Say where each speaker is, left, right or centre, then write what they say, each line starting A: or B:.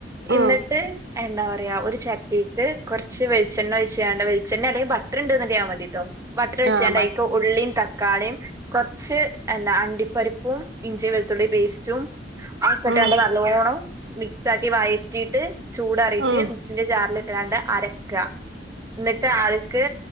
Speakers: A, on the right (about 20°); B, on the right (about 85°).
A: എന്നിട്ട്
B: ഉം
A: എന്താ പറ ഒരു ചട്ടിക്ക് കുറച്ച് വെളിച്ചെണ്ണ വെച്ച് ചെയ്യണ്ട വളിച്ചെണ്ണ അല്ലെങ്കിൽ ബട്ടർ ഉണ്ടന്ന്റിയാൻ മതി കേട്ടോ വട്ടറി വെച്ചണ്ട
B: ആഹ് ബ
A: ഇ ഉള്ളീം ത തക്കാളീം കുറച്ച് എന്താ അണ്ടിപ്പരിപ്പും ഇഞ്ചി വെളുത്തുള്ളി പേസ്റ്റും ഓക്കട്ടാണ്ട്
B: ഉം
A: നല്ലോണം മിക്സ് ആക്കി വയറ്റിയിട്ട് ചൂടറിയിട്ട്
B: ഉം
A: മക്സിന്റെ ചാറില ഇട്ടലാണ്ട് അരക്കുക എന്നിട്ട് ആൾക്ക്